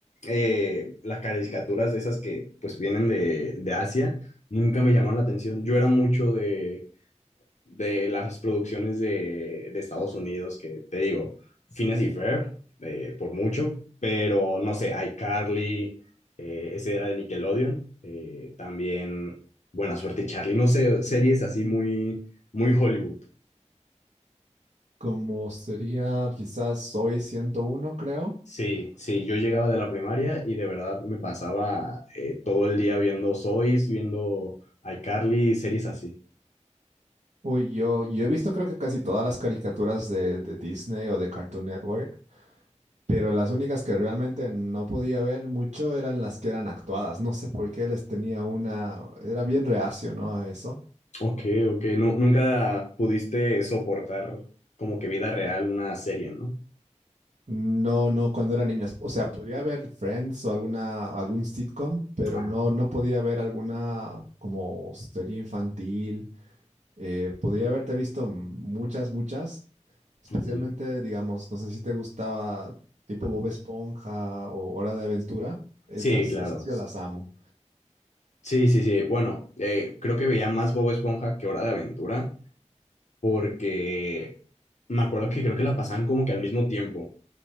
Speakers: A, on the left; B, on the right.
A: eh, las caricaturas de esas que pues vienen de, de Asia nunca me llamaron la atención. Yo era mucho de de las producciones de, de Estados Unidos, que te digo, Finas y Ferb, eh, por mucho, pero no sé, iCarly, eh, ese era de Nickelodeon, eh, también Buena Suerte Charlie, no sé, series así muy, muy Hollywood.
B: Como sería quizás Soy 101 creo.
A: Sí, sí, yo llegaba de la primaria y de verdad me pasaba eh, todo el día viendo Sois, viendo iCarly, series así.
B: Uy, yo, yo he visto creo que casi todas las caricaturas de, de Disney o de Cartoon Network, pero las únicas que realmente no podía ver mucho eran las que eran actuadas. No sé por qué les tenía una, era bien reacio, ¿no? A eso.
A: Ok, ok, nu- nunca pudiste soportar como que vida real una serie, ¿no?
B: No, no, cuando era niño. O sea, podría ver Friends o alguna, algún sitcom, pero
A: Ah,
B: no, no podía ver alguna como serie infantil. Eh, podría haberte visto muchas, muchas. Especialmente,
A: Ok.
B: digamos, no sé si te gustaba tipo Bob Esponja o Hora de Aventura. Esas,
A: Sí, claro.
B: esas yo las amo.
A: Sí, sí, sí. Bueno, eh, creo que veía más Bob Esponja que Hora de Aventura, porque me acuerdo que creo que la pasaban como que al mismo tiempo,